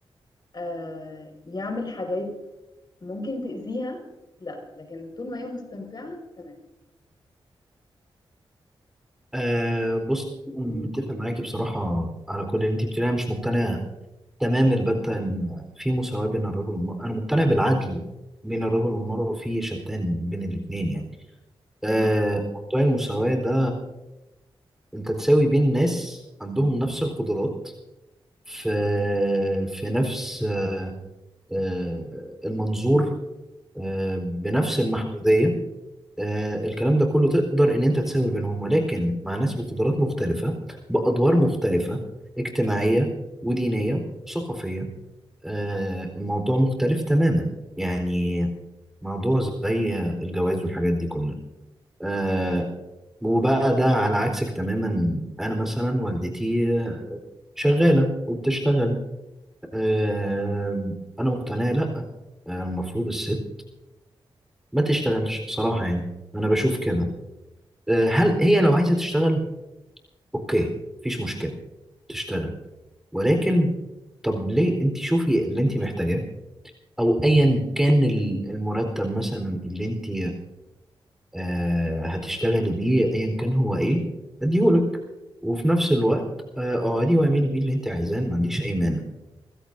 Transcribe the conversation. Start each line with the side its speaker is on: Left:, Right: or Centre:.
Left: آه يعمل حاجات ممكن تأذيها لا لكن طول ما هي مستنفعة تمام
Centre: آه بص متفق معاكي بصراحة على كل اللي انت بتقوليه انا مش مقتنع تمام البتة ان في مساواة بين الرجل والمرأة انا مقتنع بالعدل بين الرجل والمرأة في شتان بين الاتنين يعني آه
Left: مم.
Centre: موضوع المساواة ده انت تساوي بين ناس عندهم نفس القدرات في في نفس آه، المنظور آه، بنفس المحدودية آه، الكلام ده كله تقدر ان انت تساوي بينهم ولكن مع ناس بقدرات مختلفة بأدوار مختلفة اجتماعية ودينية وثقافية آه، الموضوع مختلف تماما يعني موضوع زي الجواز والحاجات دي كلها آه، وبقى ده على عكسك تماما انا مثلا والدتي شغالة وبتشتغل آم، انا مقتنع لا آه، المفروض الست ما تشتغلش بصراحة يعني انا بشوف كده آه، هل هي لو عايزة تشتغل اوكي مفيش مشكلة تشتغل ولكن طب ليه انت شوفي اللي انت محتاجاه او ايا كان ال- المرتب مثلا اللي انت آه، هتشتغلي بيه ايا كان هو ايه اديهولك وفي نفس الوقت آه، اقعدي واعملي بيه اللي انت عايزاه أنا ما عنديش اي مانع